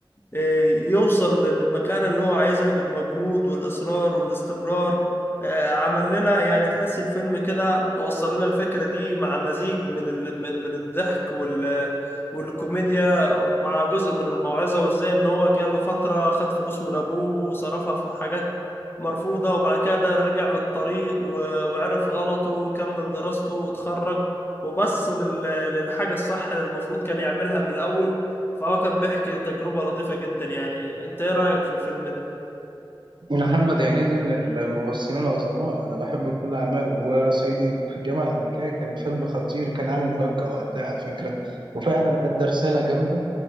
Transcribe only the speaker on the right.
محمد هنيدي من ال- الممثلين العظماء انا بحب كل اعماله وصعيدي في الجامعه الامريكيه كان فيلم خطير وكان عامل ضجه وقتها على فكره وفعلا ادى رساله جامده